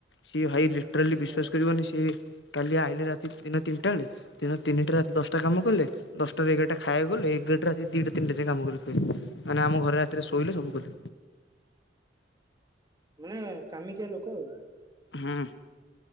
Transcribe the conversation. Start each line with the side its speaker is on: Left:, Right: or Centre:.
Left: ସିଏ ଭାଇ ଲି ଟ୍ରାଲୀ ବିଶ୍ୱାସ
Right: ଓହୋ
Left: କରିବନି ସିଏ। କାଲି ଆଇିଲେ ରାତି ଦିନ ତିନିଟା ବେଳେ ଦିନ ତିନିଟା ରାତି ଦଶ ଟା କାମ କଲେ ଦଶଟାରୁ ଏଗାରଟା ଖାଇବାକୁ ଗଲେ ଏଗାରଟା ରାତି ଦିଇଟା ତିନିଟା ଯାଏଁ କାମ କଲେ ଫେର। ମାନେ ଆମ ଘରେ ରାତିରେ ଶୋଇଲେ ସବୁ କଲେ।
Right: ମାନେ କାମିକିଆ ଲୋକ ଆଉ।
Left: ହୁଁ।